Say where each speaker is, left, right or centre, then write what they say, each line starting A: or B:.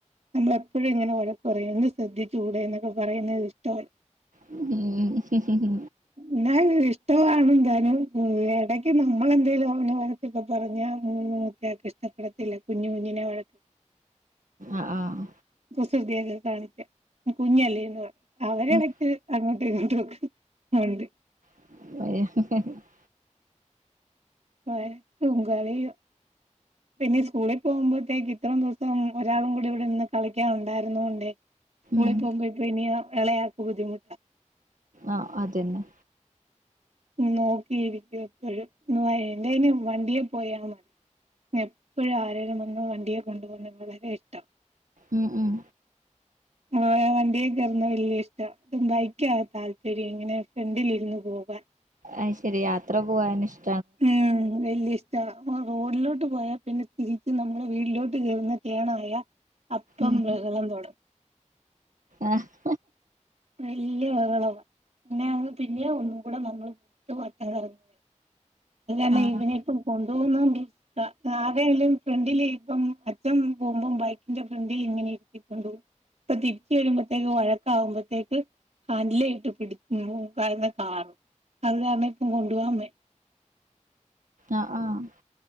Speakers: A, on the right (about 60°); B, on the right (about 85°).
A: നമ്മളെപ്പോഴും ഇങ്ങനെ വഴക്ക് പറയും ഒന്ന് ശ്രദ്ധിച്ചൂടെന്നൊക്കെ പറയുന്നത് ഇഷ്ടൊ
B: ഉംഹ് ഹ് ഹ് ഹ്
A: എന്നാലും ഇഷ്ടവാണും തിനും വേ ഇടയ്ക്ക് നമ്മളെന്തേലും അവനെ വഴക്കൊക്കെ പറഞ്ഞാ മൂ മൂത്തയാക്ക് ഇഷ്ടപ്പെടത്തില്ല കുഞ്ഞു കുഞ്ഞിനെ വഴ
B: ആഹ്‌ ആഹ്
A: കുസൃതിയൊക്ക കാണിച്ചാ കുഞ്ഞല്ലേന്ന് പറ അവരെടക്ക്
B: ഉം
A: അങ്ങോട്ടും ഇങ്ങോട്ടും ഒക്കെ ഒണ്ട്
B: <unintelligible>
A: വഴക്കും കളിയും പിന്നെ സ്കൂളിൽ പോകുമ്പോഴത്തേക്ക് ഇത്രം ദിവസം ഒരാളും കൂടി ഇവിടെ നിന്ന് കളിക്കാൻ ഉണ്ടായിരുന്നോണ്ടെ സ്കൂളി
B: ഉം
A: പോമ്പഴ്ത്തേന് എളയ ആൾക്ക് ബുദ്ധിമു
B: ആഹ് അതന്നെ
A: നോക്കിയിരിക്കും എപ്പഴും ഇങ്ങു വാ എന്റേന് വണ്ടിയെ പോയാ മതി എപ്പോഴും ആരേലും വന്ന് വണ്ടിയെ കൊണ്ടു പോകുന്നത് വളരെ ഇഷ്ടം
B: ഉംഹ് ഉംഹ്
A: ആഹ് ആഹ് വണ്ടിയേ കേറുന്ന വല്യ ഇഷ്ടാ ബൈക്കാ താല്പര്യം ഇങ്ങനെ ഫ്രണ്ടിലിരുന്ന് പോകാൻ
B: അയ്ശെരി യാത്ര പോകാൻ ഇഷ്
A: ഉം വല്യിഷ് ട്ടാ റോഡിലോട്ട് പോയാ പിന്നെ തിരിച്ച് നമ്മളെ വീട്ടിലോട്ട് കേറുന്ന ടേണായാ അപ്പം
B: ഉം
A: ബഹളം തൊടങ്ങും
B: ആഹ്
A: വല്ല്യ ബഹളവാ പിന്നെ ഞങ്ങള് പിന്നേം ഒന്നും കൂടെ നമ്മള് മുട്ട് വട്ടം കറ അല്ലേ അണ്ണൻ
B: ആഹ്
A: ഇവനെയിപ്പം കൊണ്ടു പോണോങ്കി കാ കാറെലും ഫ്രണ്ടില് ഇപ്പം അച്ഛൻ പോവുമ്പം ബൈക്കിന്റെ ഫ്രണ്ടിൽ ഇങ്ങനെ ഇരുത്തിക്കൊണ്ട് പോകും ഇപ്പൊ തിരിച്ച് വരുമ്പത്തേക്ക് വഴക്കാവുമ്പ ത്തേക്ക് ഹാൻഡി‌ലെ ഇട്ട് പിട് മു കാന്ന് കാറും അത് കാരണം ഇപ്പം കൊണ്ടു പോവാൻ പ
B: ആഹ് ആഹ്